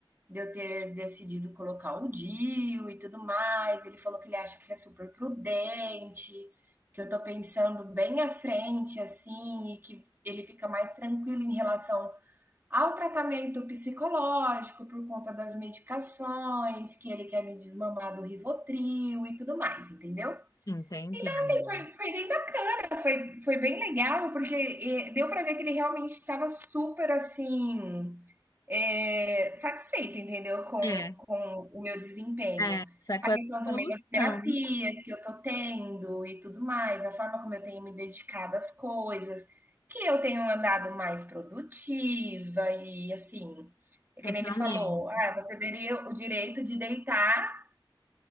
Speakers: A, on the right; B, on the left.
A: de eu ter decidido colocar o DIU e tudo mais. Ele falou que ele acha que é super prudente, que eu tô pensando bem à frente, assim, e que ele fica mais tranquilo em relação ao tratamento psicológico por conta das medicações, que ele quer me desmamar do Rivotril e tudo mais, entendeu?
B: entendi,
A: Então,
B: amiga.
A: assim, foi, foi bem bacana, foi, foi bem legal, porque eh, deu pra ver que ele realmente estava super, assim, é, satisfeita, entendeu? Com,
B: É,
A: com o meu desempenho.
B: é, só
A: A
B: com
A: questão
B: a
A: também
B: solução,
A: das terapias que eu tô tendo e tudo mais, a forma como eu tenho me dedicado às coisas, que eu tenho andado mais produtiva e assim, é
B: totalmente.
A: que nem ele falou, ah, você teria o direito de deitar